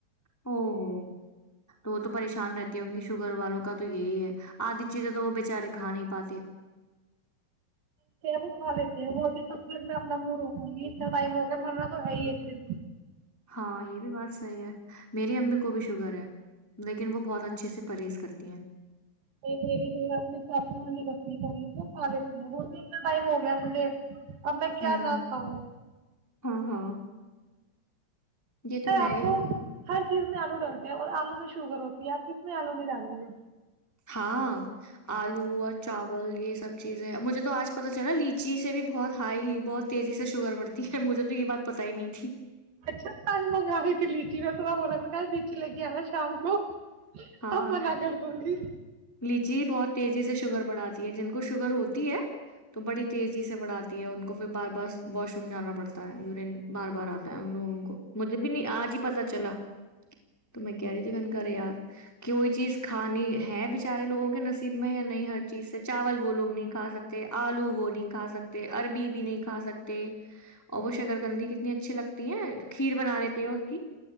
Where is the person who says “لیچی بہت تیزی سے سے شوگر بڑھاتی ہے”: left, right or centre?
Centre